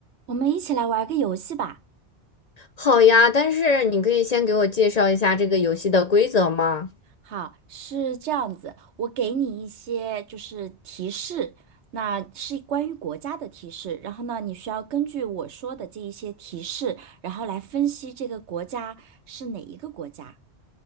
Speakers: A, on the right (about 85°); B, on the left (about 50°).
A: 我们一起来玩个游戏吧。
B: 好呀，但是你可以先给我介绍一下这个游戏的规则吗？
A: 好，是这样子，我给你一些就是提示，那是关于国家的提示，然后呢，你需要根据我说的这一些提示，然后来分析这个国家是哪一个国家。